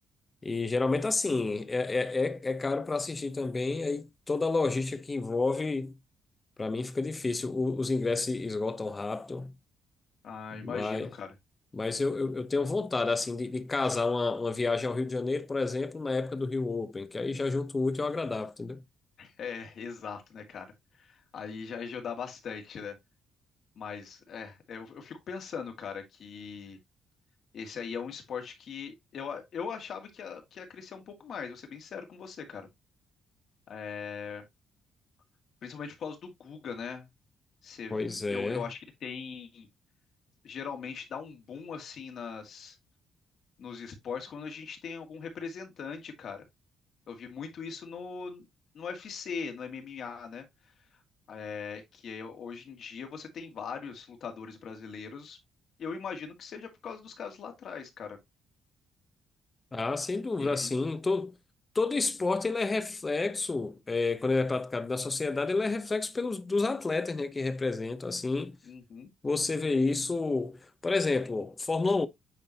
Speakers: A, on the left; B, on the left.
A: e geralmente assim, é, é, é é caro para assistir também, aí toda a logística que envolve, para mim fica difícil. O- os ingressos esgotam rápido,
B: Ah,
A: mas
B: imagino, cara.
A: Mas eu, eu, eu tenho vontade, assim, de, de casar uma, uma viagem ao Rio de Janeiro, por exemplo, na época do Rio Open, que aí já junto o útil ao agradável, entendeu?
B: É, exato, né, cara? Aí já ajuda bastante, né? Mas, é, eu eu fico pensando, cara, que. Esse aí é um esporte que eu, eu achava que ia, que ia crescer um pouco mais, vou ser bem sincero com você, cara. É, principalmente por causa do Guga, né? Você-
A: Pois é.
B: eu, eu acho que tem. Geralmente dá um boom assim nas, nos esportes quando a gente tem algum representante, cara. Eu vi muito isso no, no UFC, no MMA, né? É, que é, hoje em dia você tem vários lutadores brasileiros. Eu imagino que seja por causa dos caras lá atrás, cara.
A: Ah, sem dúvida,
B: E ele...
A: assim, todo, todo esporte ele é reflexo, é, quando ele é praticado na sociedade, ele é reflexo pelos, dos atletas, né, que representam, assim,
B: Uhum,
A: você vê isso, por exemplo, Fórmula